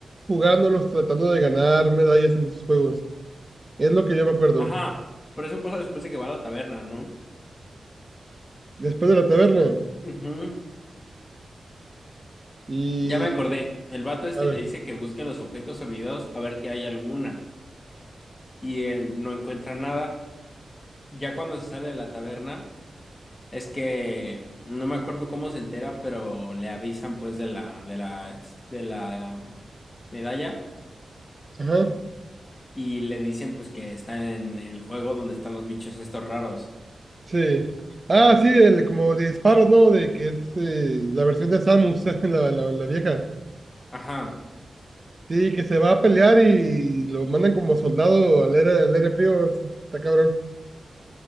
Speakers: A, on the right (about 25°); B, on the left (about 25°).
A: jugándolos, tratando de ganar medallas en esos juegos. Es lo que yo me acuerdo.
B: Ajá, pero eso pasa después de que va a la taberna, ¿no?
A: Después de la taberna.
B: Ujú.
A: Y,
B: Ya me acordé, el vato este
A: a ver,
B: le dice que busquen los objetos olvidados a ver si hay alguna, y él no encuentra nada. Y Ya cuando se sale de la taberna, es que no me acuerdo cómo se entera, pero le avisan pues de la, de la, de la medalla
A: ajá,
B: y le dicen pues que está en el juego donde están los bichos estos raros.
A: sí. Ah, sí, el como de disparos, ¿no? De que es eh, la versión de Samus, <laughs> la, la, la vieja.
B: Ajá.
A: Sí, que se va a pelear y lo mandan como soldado al aire, al aire frío. Está cabrón.